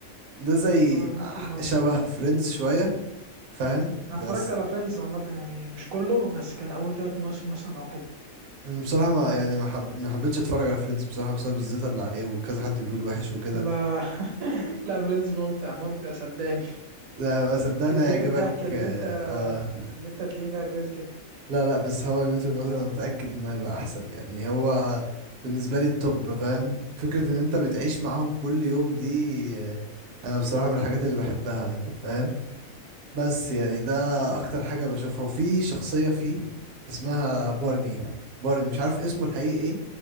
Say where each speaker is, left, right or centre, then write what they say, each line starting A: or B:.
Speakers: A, on the right; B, on the right.
A: ده زي
B: هاو اي ميت يو ماذر
A: شبه فريندز شوية فاهم
B: انا
A: بس
B: اتفرجت على فريندز عامه يعني مش كله بس كان اول ثلاث مواسم مثلا او كده
A: مم، بصراحة ما يعني ما, حب... ما حبيتش اتفرج على فريندز بصراحة بسبب الزيطة اللي عليه وكذا حد بيقول وحش وكده
B: لا <laughs> لا فريندز ممتع ممتع صدقني
A: لا صدقني
B: كميه
A: هيعجبك
B: الضحك اللي
A: اه
B: انت
A: آه.
B: اللي انت هتلاقيه فيها كويس جدا
A: لا لا بس هو مثل مثلا متأكد انه هيبقى احسن يعني هو بالنسبة لي التوب فاهم فكرة ان انت بتعيش معاهم كل يوم دي آه، انا بصراحة من الحاجات اللي بحبها فاهم بس يعني ده
B: لا
A: اكتر حاجة بشوفها وفي شخصية فيه اسمها بارني بارني مش عارف اسمه الحقيقي ايه